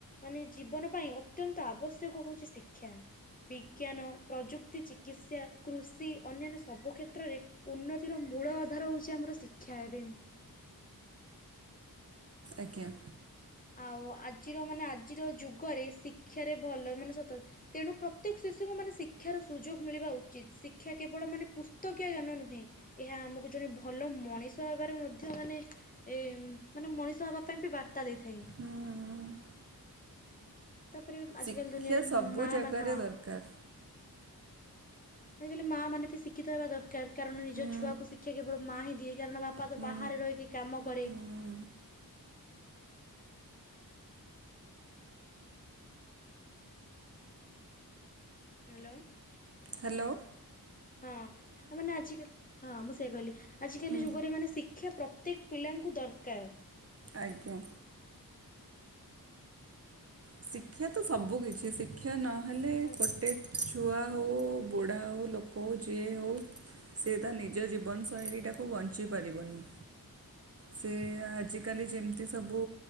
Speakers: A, on the left; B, on the right.
A: ମାନେ ଜୀବନ ପାଇଁ ଅତ୍ୟନ୍ତ ଆବଶ୍ୟକ ହୋଉଚି ଶିକ୍ଷା। ବିଜ୍ଞାନ ପ୍ରଯୁକ୍ତି ଚିକିତ୍ସା କୃଷି ଅନ୍ୟାନ୍ୟ ସବୁ କ୍ଷେତ୍ରରେ ଉନ୍ନତିର ମୂଳ ଆଧାର ହୋଉଚି ଆମର ଶିକ୍ଷା ଏବେମ୍।
B: ଆଜ୍ଞା।
A: ଆଉ ଆଜିର ମାନେ ଆଜିର ଯୁଗରେ ଶିକ୍ଷାରେ ଭଲ ମାନେ ସତ ତେଣୁ ପ୍ରତ୍ୟେକ ଶିଶୁଙ୍କୁ ମାନେ ଶିକ୍ଷାର ସୁଯୋଗ ମିଳିବା ଉଚିତ ଶିକ୍ଷା କେବଳ ମାନେ ପୁସ୍ତକୀୟ ଜ୍ଞାନ ନୁହେଁ। ଏହା ଆମୁକୁ ଜଣେ ଭଲ ମଣିଷ ହବାରେ ମଧ୍ୟ ମାନେ ଏମ୍ ମାନେ ମଣିଷ ହବା ପାଇଁ ବି ବାର୍ତ୍ତା ଦେଇଥାଏ।
B: ହୁଁ,
A: ତାପରେ ଆଜିକାଲି
B: ଶିକ୍ଷା
A: ଦୁନିଆରେ
B: ସବୁ
A: ମା
B: ଜାଗାରେ
A: ମାନ ହଁ।
B: ଦରକାର।
A: ଆଜିକାଲି ମାମାନେ ବି ଶିକ୍ଷିତ ହେବା ଦରକାର କାରଣ ନିଜ
B: ହୁଁ
A: ଛୁଆକୁ ଶି କ୍ଷା କେବଳ ମା ହିଁ ଦିଏ କାରଣ ବାପା ତ
B: ହୁଁ
A: ବାହାରେ ରହିକି କାମ କରେ।
B: ହୁଁ
A: ହାଲୋ।
B: ହାଲୋ।
A: ହଁ ଆଉ ମାନେ ଆଜିିକାଲି ହଁ ମୁଁ ସେଇ କହିଲି ଆଜିକାଲି
B: ହୁଁ
A: ଯୁଗରେ ମାନେ ଶି ଶିକ୍ଷା ପ୍ରତ୍ୟେକ ପିଲାଙ୍କୁ ଦରକାର।
B: ଆଜ୍ଞା। ଶିକ୍ଷା ତ ସବୁ କିିଛି ଶିକ୍ଷା ନହେଲେ
A: ଆଜ୍ଞା।
B: ଗୋଟେ ଛୁଆ ହଉ ବୁଢ଼ା ହଉ ଲୋକ ହେଉ ଯିଏ ହଉ ସେ ତା ନିଜ ଜୀବନ ଶୈଳୀଟାକୁ ବଞ୍ଚେଇ ପାରିବନି। ସେ ଆଜିକାଲି ଯେମିତି ସବୁ